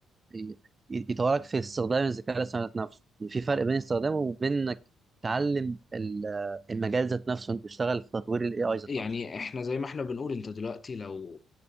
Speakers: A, on the right; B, on the left.
A: ي- يطورك في استخدام الذكاء الاصطناعي ذات نفسه يعني في فرق بين استخدامه وبين انك تعلم ال- المجال ذات نفسه انت تشتغل في تطوير الاي اي ذات
B: يعني
A: نفسه
B: احنا زي ما احنا بنقول انت دلوقتي لو